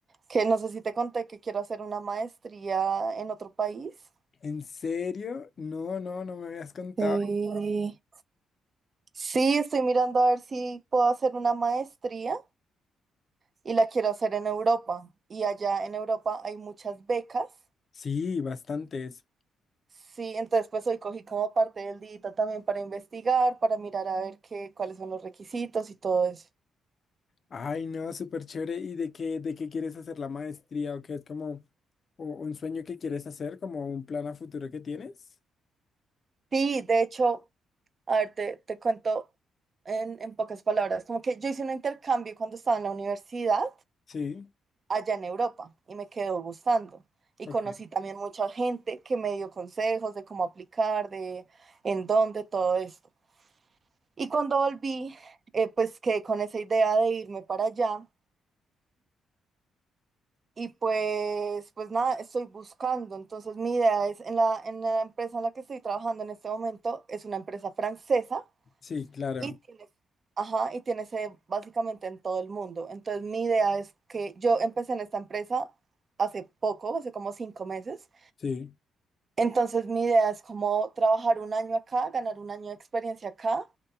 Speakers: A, on the right; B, on the left.
A: que no sé si te conté que quiero hacer una maestría en otro país.
B: ¿En serio? No, no, no me habías contado.
A: Sí. Sí, estoy mirando a ver si puedo hacer una maestría y la quiero hacer en Europa. Y allá en Europa hay muchas becas.
B: Sí, bastantes.
A: Sí, entonces pues hoy cogí como parte del día también para investigar, para mirar a ver qué, cuáles son los requisitos y todo eso.
B: Ay, no, súper chévere. ¿Y de qué, de qué quieres hacer la maestría? ¿O qué es como o- un sueño que quieres hacer? ¿Como un plan a futuro que tienes?
A: Sí, de hecho, a ver, te, te cuento en, en pocas palabras, como que yo hice un intercambio cuando estaba en la universidad
B: Sí,
A: allá en Europa y me quedó gustando. Y
B: ok.
A: conocí también mucha gente que me dio consejos de cómo aplicar, de en dónde, todo esto. Y cuando volví, eh, pues quedé con esa idea de irme para allá y pues, pues nada, estoy buscando. Entonces mi idea es, en la, en la empresa en la que estoy trabajando en este momento, es una empresa francesa
B: Sí, claro.
A: Y tiene, ajá, y tiene sede básicamente en todo el mundo. Entonces, mi idea es que yo empecé en esta empresa hace poco, hace como cinco meses.
B: Sí.
A: Entonces, mi idea es como trabajar un año acá, ganar un año de experiencia acá